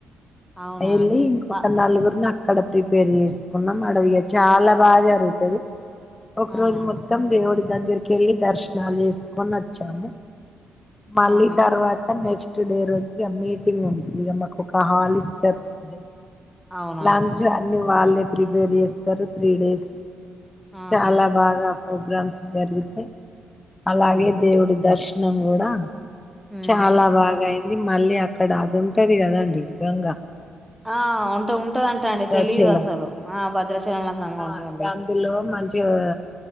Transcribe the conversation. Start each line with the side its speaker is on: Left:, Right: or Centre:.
Centre: అవునా
Left: వెళ్ళలి
Centre: అండి
Left: ఇంకొక
Centre: బా
Left: నలుగురు నాకు అక్కడ ప్రిపేర్ చేసుకున్నాం అడ ఇగా చాలా బాగా జరుగుతది. ఒక
Centre: అవునా
Left: రోజు మొత్తం దేవుడి దగ్గరికి వెళ్ళి దర్శనాలు చేసుకొని వచ్చాము. మళ్ళీ
Centre: ఆహా
Left: తర్వాత నెక్స్ట్ డే రోజు ఇగా మీటింగ్ ఉంటది ఇక మాకు ఒక హాల వే
Centre: అవునా
Left: లంచ్
Centre: అండి
Left: అన్ని వాళ్ళే ప్రిపేర్ చేస్తారు త్రీ డేస్
Centre: ఆహా
Left: చాలా బాగా ప్రోగ్రామ్స్ జరుగుతాయి, అలాగే
Centre: అవును
Left: దేవుడి దర్శనం కూడా
Centre: ఉమ్
Left: చాలా బాగా అయింది మళ్ళీ అక్కడ అది ఉంటది కదండి గంగ
Centre: ఆ ఉంట ఉంటదంటే
Left: భద్రాచలం
Centre: తెలీదు అసలు ఆ భద్రాచలంల గంగ
Left: ఆ
Centre: ఉంటదండి
Left: ఇగా అందులో మంచి గా